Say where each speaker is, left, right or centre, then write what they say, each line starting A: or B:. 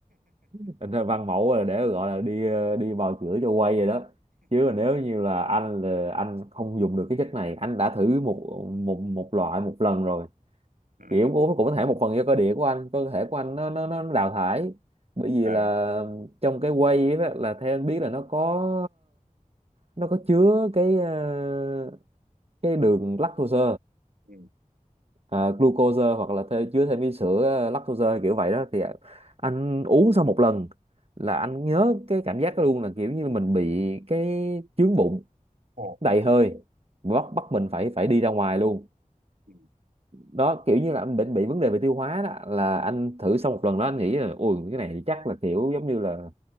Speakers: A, on the right; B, on the right.
A: <laughs> anh thấy văn mẫu là để gọi là đi ờ, đi bào chữa cho quay rồi đó chứ mà nếu như là anh là anh không dùng được cái chất này anh đã thử một một một loại một lần rồi
B: ừ.
A: kiểu cũng cũng cũng có thể một phần do cơ địa của anh cơ thể của anh nó nó nó đào thải bởi vì
B: À,
A: là trong cái whey ấy, là theo anh biết là nó có nó có chứa cái ờ, cái đường lactose
B: ừ.
A: à, glucose hoặc là thê, chứa thêm cái sữa ờ, lactose hay kiểu vậy đó thì anh uống sau một lần là anh nhớ cái cảm giác đó luôn là kiểu như mình bị cái chướng bụng
B: Ồ.
A: đầy hơi bắt bắt mình phải phải đi ra ngoài luôn
B: Ừ.
A: đó kiểu như là anh bệnh bị vấn đề về tiêu hóa đó là anh thử xong một lần đó anh nghĩ là ui cái này chắc là kiểu giống như là